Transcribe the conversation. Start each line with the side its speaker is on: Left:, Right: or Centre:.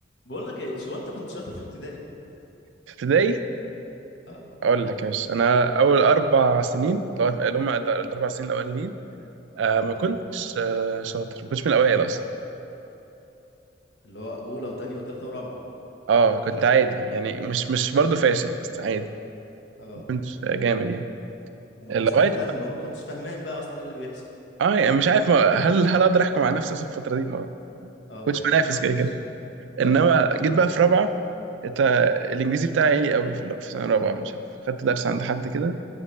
Left: بقول لك ايه هو انت كنت شاطر في ابتدائي
Right: في ابتدائي
Left: اه
Right: اقول لك يا باشا انا اول اربع سنين لغايه اللي هم الاربع سنين الاولانيين آه
Left: اه
Right: ما كنتش آه شاطر ما كنتش من الاوائل اصلا
Left: اللي هو اولى وتانية وتالتة ورابعة
Right: اه كنت عادي يعني مش مش برضه فاشل بس عادي
Left: اه
Right: ما كنتش آه، جامد يعني
Left: ما
Right: لغايه
Left: كنتش مهتم ما كنتش فاهمان بقى اصلا ايه اللي بيحصل
Right: اه يعني مش عارف ما- هل هل اقدر احكم على نفسي اصلا في الفتره دي ما ما
Left: اه
Right: كنتش
Left: ما
Right: بنافس
Left: فيش
Right: كده كده
Left: اه
Right: انما جيت بقى في رابعه انت الانجليزي بتاعي عالي قوي في ال- في سنه رابعه مش عارف خدت درس عند حد كده